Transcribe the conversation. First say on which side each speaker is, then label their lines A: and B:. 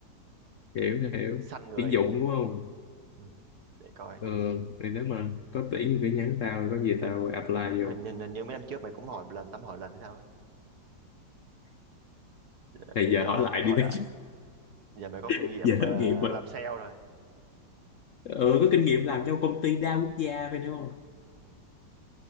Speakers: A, on the left; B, on the right.
A: hiểu hiểu
B: săn người
A: tuyển dụng
B: ấy
A: đúng không
B: ừ, để coi
A: ừ thì nếu mà có tuyển thì cứ nhắn tao có gì tao
B: hình,
A: apply
B: hình,
A: vô
B: hình, hình, hình như mấy năm trước mày cũng hỏi một lần tắm hỏi lần hay sao á. để,
A: thì
B: để
A: giờ
B: giờ
A: hỏi lại đi
B: hỏi
A: mấy
B: lại
A: chứ
B: giờ mày có
A: <laughs>
B: kinh nghiệm
A: giờ
B: ờ,
A: thất nghiệp rồi
B: làm sale rồi
A: ừ có kinh nghiệm làm trong công ty đa quốc gia phải không
B: ừ.